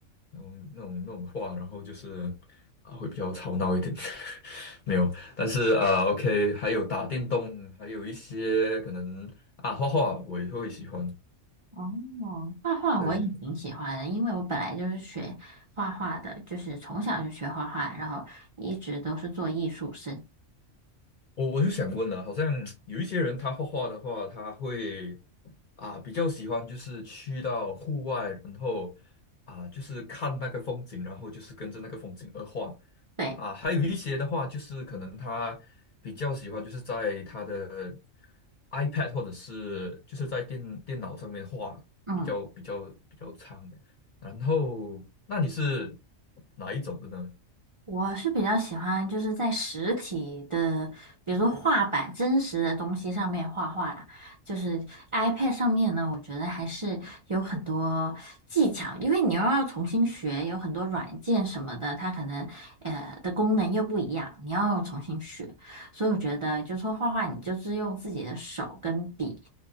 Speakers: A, on the left; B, on the right.
A: 那种那种那种话，然后就是啊，会比较吵闹一点。<laughs> 没有，但是啊，OK，还有打电动，还有一些可能啊，画画我也会喜欢。
B: 哦，画画我也挺喜欢的，
A: 对，
B: 因为我本来就是学画画的，就是从小就学画画，然后一直都是做艺术生。
A: 我我就想问了，好像有一些人他画画的话，他会啊比较喜欢就是去到户外，然后啊就是看那个风景，然后就是跟着那个风景而画
B: 对，
A: 啊。还有一些的话，就是可能他比较喜欢就是在他的 iPad 或者是就是在电电脑上面画，
B: 嗯，
A: 比较比较比较长。然后，那你是哪一种的呢？
B: 我是比较喜欢就是在实体的，比如说画板、真实的东西上面画画啦。就是 iPad 上面呢，我觉得还是有很多技巧，因为你又要重新学，有很多软件什么的，它可能呃的功能又不一样，你要重新学。所以我觉得，就是说画画，你就是用自己的手跟笔